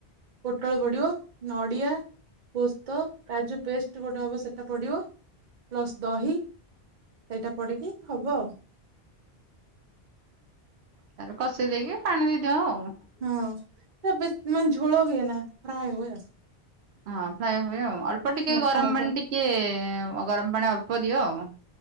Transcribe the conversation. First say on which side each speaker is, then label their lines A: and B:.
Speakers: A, on the right; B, on the right.
A: ପୋଟଳ ପଡିବ, ନଡିଆ‌ ପୋସ୍ତ, କାଜୁ ପେଷ୍ଟ ଗୋଟେ ହବ ସେଟା ପଡିବ। ପ୍ଲସ୍ ଦହି ସେଇଟା ପଡିକି ହବ ଆଉ।
B: ତାପରେ କଷି ଦେଇକି ପାଣି ଦେଇଦିଅ ଆଉ।
A: ହଁ ସେ ବେଶ ମାନେ ଝୋଳ ହୁଏ ନା। ଫ୍ରାଏ ହୁଏ ଆଉ।
B: ହଁ ଫ୍ରାଏ ହୁଏ ଆଉ। ଅଳ୍ପ ଟିକେ
A: ମଖା
B: ଗରମ
A: ମଖା
B: ପାଣି ଟିକେ ଗରମ ପାଣି ଅଳ୍ପ ଦିଅ ଆଉ।